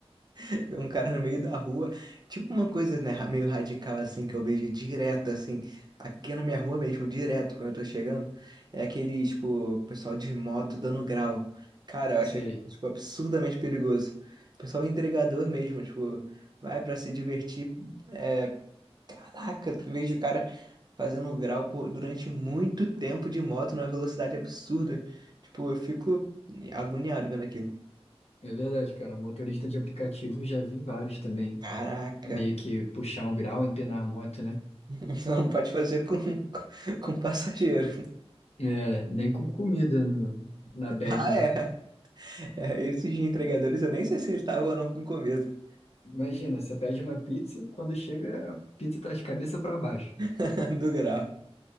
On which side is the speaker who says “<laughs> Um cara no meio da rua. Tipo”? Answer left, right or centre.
Right